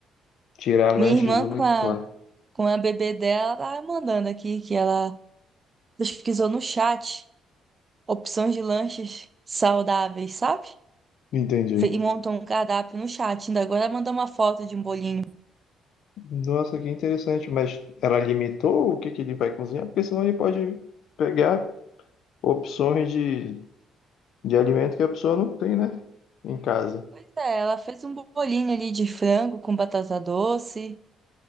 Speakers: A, on the left (about 70°); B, on the right (about 25°).
A: tirar
B: Minha
A: lanches
B: irmã
A: muito
B: com a,
A: fora.
B: com a bebê dela tá mandando aqui que ela pesquisou no chat opções de lanches saudáveis, sabe?
A: Entendi.
B: fe- e montou um cardápio no chat. Ainda agora ela mandou uma foto de um bolinho.
A: Nossa, que interessante. Mas ela limitou o que que ele vai cozinhar? Porque senão ele pode pegar opções de, de alimento que a pessoa não tem, né? Em casa.
B: Pois é, ela fez um bolinho ali de frango com batata doce